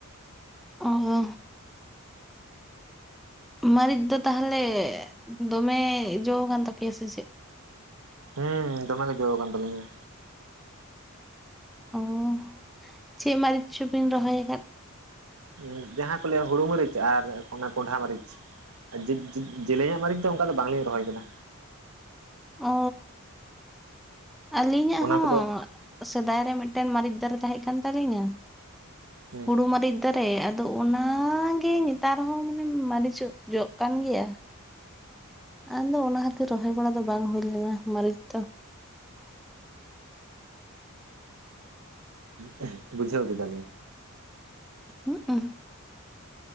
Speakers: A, in the centre; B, on the right.
A: ᱚᱦᱳ ᱢᱟᱹᱨᱤᱪ ᱫᱚ ᱛᱟᱦᱚᱞᱮ ᱫᱚᱢᱮ ᱡᱚ ᱣᱟᱠᱟᱱ ᱛᱟᱯᱮᱭᱟ ᱥᱮ ᱪᱮᱫ
B: ᱦᱮᱸ ᱫᱚᱢᱮ ᱜᱮ ᱡᱚ ᱟᱠᱟᱱᱟᱱ ᱛᱟᱹᱞᱤᱧᱟ
A: ᱩᱸ ᱪᱮᱫ ᱢᱟᱹᱨᱤᱪ ᱪᱚ ᱵᱤᱱ ᱨᱚᱦᱚᱭᱟᱠᱟᱫ
B: ᱩᱸ ᱡᱟᱦᱟᱸ ᱠᱚ ᱞᱟᱹᱭᱟ ᱦᱩᱲᱩ ᱢᱟᱹᱨᱤᱪ ᱟᱨ ᱚᱱᱟ ᱠᱚᱸᱰᱷᱟ ᱢᱟᱹᱨᱤᱪ ᱡᱮᱧᱞᱮᱧᱟᱜ ᱢᱟᱹᱨᱤᱪ ᱫᱚ ᱚᱱᱠᱟ ᱫᱚ ᱵᱟᱝᱞᱤᱧ ᱨᱚᱦᱚᱭ ᱟᱠᱟᱫᱟ
A: ᱚ ᱟᱹᱞᱤᱧᱟᱜ
B: ᱚᱱᱟ
A: ᱦᱚᱸ
B: ᱠᱚᱫᱚ
A: ᱥᱮᱫᱟᱭ ᱨᱮ ᱢᱤᱫᱴᱮᱱ ᱢᱟᱹᱨᱤᱪ ᱫᱟᱨᱮ ᱛᱟᱦᱮᱸ ᱠᱟᱱ ᱛᱟᱞᱤᱧᱟ
B: ᱦᱩᱸ
A: ᱦᱩᱲᱩ ᱢᱟᱹᱨᱤᱪ ᱛᱟ ᱨᱮ ᱟᱫᱚ ᱚᱱᱟᱜᱮ ᱱᱮᱛᱟᱨ ᱦᱚᱸ ᱢᱟᱱᱮ ᱢᱟᱹᱨᱤᱪᱚᱜ ᱡᱚᱜ ᱠᱟᱱ ᱜᱮᱭᱟ ᱟᱫᱚ ᱚᱱᱟ ᱠᱷᱟᱹᱛᱤᱨ ᱨᱚᱦᱚᱭ ᱵᱟᱲᱟ ᱫᱚ ᱵᱟᱝ ᱦᱩᱭ ᱞᱮᱱᱟ ᱢᱟᱹᱨᱤᱪ ᱫᱚ
B: ᱦᱩᱸ ᱵᱩᱡᱷᱟᱣ ᱠᱮᱫ ᱫᱟᱞᱤᱧ <inaudible>
A: ᱦᱩᱸᱜ-ᱩ